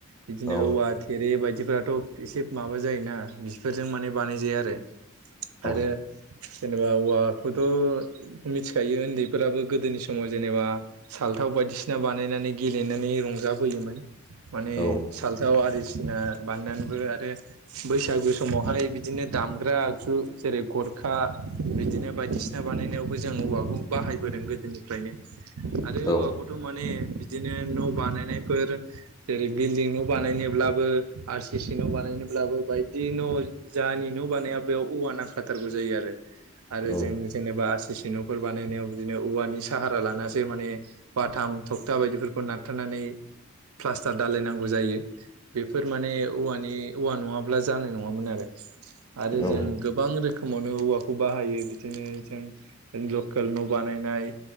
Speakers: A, on the right (about 85°); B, on the left (about 15°).
A: बिदिनो
B: औ
A: औवा थेरे बायद दिफोराथ' एसे माबा जायोना बिफोरजों माने बानाय जाया आरो
B: औ
A: आरो जेनेबा औवाखौथ' मिथिखायो ओन्दैफोराबो गोदोनि समाव जेनेबा साल थाव बायदिसिना बानायनानै गेलेनानै रंजाबोयोमोन माने
B: औ
A: सालथाव आरि बायदिसिना बाननानैबो आरो बैसागु समावहाय बिदिनो दामग्रा आगजु जेरै गरखा बिदिनो बायदिसिना बानायनायावबो जों औवाखौ बाहायबोदों गोदोनिफ्रायनो। आरो
B: औ
A: औवा खौथ' माने बिदिनो न' बानायनायफोर जेरै बिल्डिं न' बानायनोब्लाबो आर सि सि न' बानायनो ब्लाबो बायदि न' जानि न' बानाया बेयाव औवा नांखाथारगौ जायो आरो
B: औ
A: जों जेनेबा आर सि सि सिन'फोर बानायनायाव बिदिनो औवानि साहारा लानासो माने बाथाम थ खुन्था बायदिफोरखौ नारथारनानै प्लास्टार दालायनांगौ जायो। बेफोर माने औवानि औवा नङाब्ला जानाय नङामोन आरो आरो
B: औ
A: जों गोबां रोख खोमावनो औवाखौ बाहायो बिदिनो जों जों लकेल न' बानायनाय